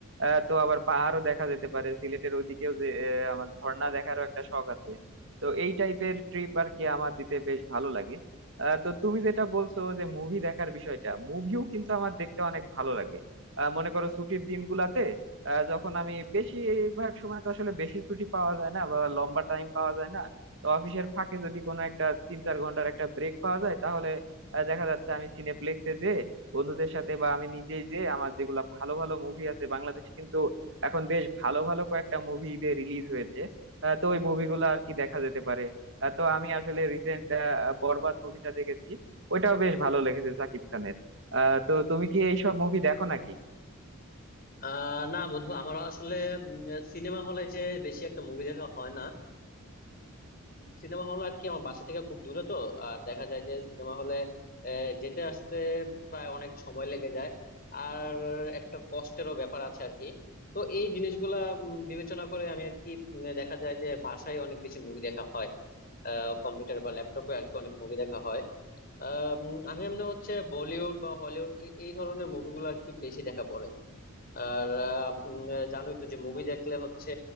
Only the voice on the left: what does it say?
আহ না বন্ধু আমারও আসলে সিনেমা হলে যে বেশি একটা মুভি দেখা হয় না সিনেমা হল আর কি আমার বাসা থেকে খুব দূরে তো আর দেখা যায় যে সিনেমা হলে যেতে আসতে প্রায় অনেক সময় লেগে যায় আর একটা কষ্টেরও ব্যাপার আছে আর কি তো এই জিনিসগুলা উম, বিবেচনা করে আমি আর কি উম, দেখা যায় যে বাসায় অনেক বেশি মুভি দেখা হয় কম্পিউটার বা ল্যাপটপে আর কি অনেক মুভি দেখা হয় আহ, উম, আমি এমনি হচ্ছে বলিউড বা হলিউড এই ধরনের মুভিগুলো আর কি বেশি দেখা পড়ে আর আহ, উম, জানোই তো যে মুভি দেখলে হচ্ছে